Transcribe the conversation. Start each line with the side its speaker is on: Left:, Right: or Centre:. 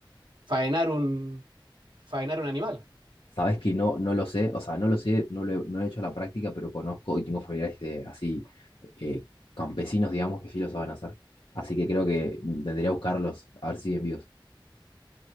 Right: faenar un, faenar un animal.
Left: Sabes que no, no lo sé, o sea, no lo sé, no lo, he no lo he hecho a la práctica, pero conozco y tengo familiares de, así, eh, campesinos, digamos, que sí lo saben hacer. Así que creo que intentaría buscarlos, a ver si siguen vivos.